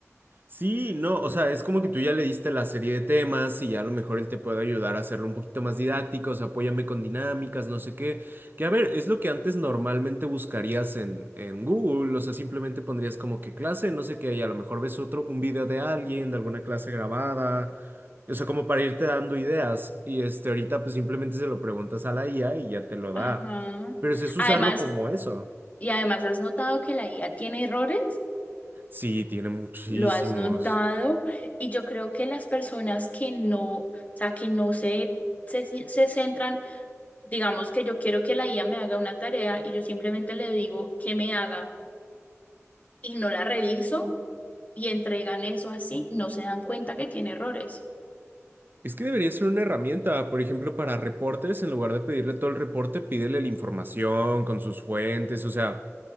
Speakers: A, on the right (about 40°); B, on the left (about 30°).
A: Sí, no, o sea, es como que tú ya le diste la serie de temas y ya a lo mejor él te puede ayudar a hacerlo un poquito más didáctico, o sea, apóyame con dinámicas, no sé qué. Que a ver, es lo que antes normalmente buscarías en, en Google, o sea, simplemente pondrías como que clase, no sé qué, y a lo mejor ves otro, un video de alguien, de alguna clase grabada, o sea, como para irte dando ideas. Y este, ahorita pues simplemente se lo preguntas a la IA y ya te lo da.
B: Ajá.
A: Pero es es usarlo
B: Además,
A: como eso.
B: y además, ¿has notado que la IA tiene errores?
A: Sí, tiene muchísimos.
B: Lo has notado y yo creo que las personas que no, o sea, que no se se, se centran Digamos que yo quiero que la IA me haga una tarea y yo simplemente le digo que me haga y no la reviso y entregan eso así, no se dan cuenta que tiene errores.
A: Es que debería ser una herramienta, por ejemplo, para reportes, en lugar de pedirle todo el reporte, pídele la información con sus fuentes, o sea,